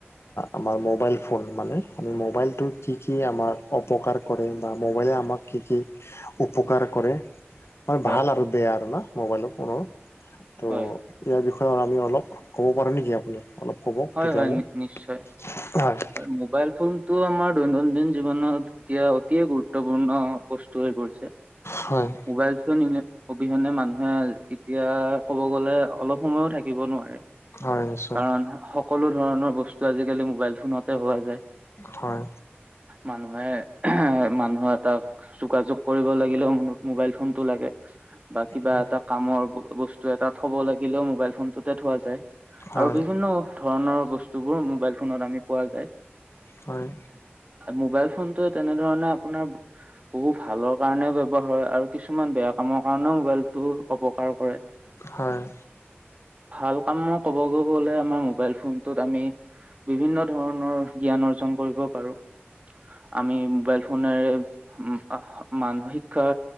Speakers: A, on the left; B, on the right.
A: আমাৰ মোবাইল ফোন মানে মোবাইলটো কি কি আমাৰ অপকাৰ। কৰে বা মোবাইলে আমাক কি, কি। উপকাৰ কৰে মানে
B: হয়,
A: ভাল আৰু বেয়া আৰু না মোবাইলৰ কোনো ত'।
B: হয়।
A: ইয়াৰ বিষয়ে আমি অলপ ক'ব পাৰোঁ নেকি আপুনি অলপ ক'ব
B: হয়,
A: তেতিয়া
B: হয়,
A: অলপ
B: নি- নিশ্চয়।
A: হয়।
B: হয়, মোবাইল ফোন টো আমাৰ দৈনন্দিন জীৱনত এতিয়া গুৰুত্বপূৰ্ণ। বস্তু হৈ পৰিছে
A: হয়
B: মবাইল চ নিলে অবিহনে মানুহে এতিয়া কব গ'লে অলপ সময়ো থাকিব নোৱাৰে।
A: হয় নিশ্চয়
B: কাৰণ সকলো ধৰণৰ বস্তু আজিকালি মোবাইল ফোনতে হোৱা যায়।
A: হয়।
B: মানুহে এ মানুহৰ এটা যোগাযোগ কৰিব লাগিলেও ম-মোবাইল ফোনটো লাগে। বা কিবা
A: হয়
B: এটা কামৰ বস্তু এটা থব লাগিলেও মোবাইল ফোনটোতে থোৱা যায়। যায়
A: হয়
B: আৰু বিভিন্ন ধৰণৰ বস্তুবোৰ মোবাইল। ফোনত আমি পোৱা যায়
A: হয়
B: মোবাইল ফোনটোৱে তেনেধৰনে আপোনাৰ। বহু ভালৰ কাৰণে ব্যৱহাৰ হয় আৰু কিছুমান বেয়া কামৰ কাৰণেও মোবাইল বহু অপকাৰ কৰে
A: হয়
B: ভাল কাম কবগৈ গলে আমাৰ। মোবাইল ফোনটোত আমি বিভিন্ন ধৰণৰ জ্ঞান অৰ্জন কৰিব পাৰো আমি মোবাইল ফোনেৰে মান শিক্ষা